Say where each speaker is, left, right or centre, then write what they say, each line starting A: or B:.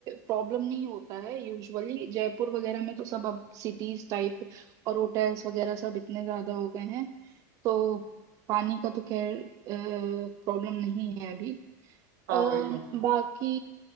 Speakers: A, on the right; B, on the right.
A: प्रॉब्लम नहीं होता है यूजुअली जयपुर वगैरह में तो सब अब सिटीज टाइप और होटल्स वगैरह सब इतने ज्यादा हो गए हैं तो पानी का तो खैर प्रॉब्लम नहीं है अभी
B: हाँ
A: अ,
B: वही तो
A: बाकी